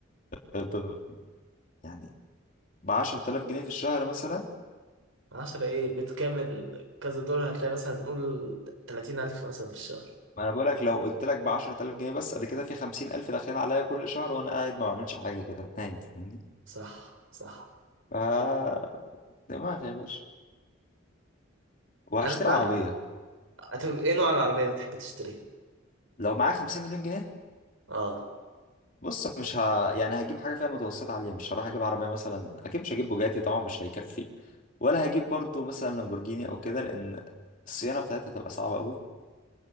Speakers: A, on the left; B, on the right.
A: ب- ب- يعني ب 10000 جنيه في الشهر مثلا
B: عشرة ايه بيت كامل كذا دور هتلاقي مثلا نقول تلاتين ألف مثلا في الشهر
A: ما انا بقول لك لو قلت لك ب 10000 جنيه بس قد كده في 50000 داخلين عليا كل شهر وانا قاعد ما بعملش حاجه كده نايم فاهمني
B: صح صح
A: ف دماغي يا باشا وهشتري
B: أنا بقى
A: عربيه
B: هتبقى إيه نوع العربية اللي تحب تشتريها؟
A: لو معايا 50 مليون جنيه
B: آه
A: بص مش ه... يعني هجيب حاجه فيها متوسطه عاليه مش هروح اجيب عربيه مثلا اكيد مش هجيب بوجاتي طبعا مش هيكفي ولا هجيب برضو مثلا لامبورجيني او كده لان الصيانه بتاعتها تبقى صعبه قوي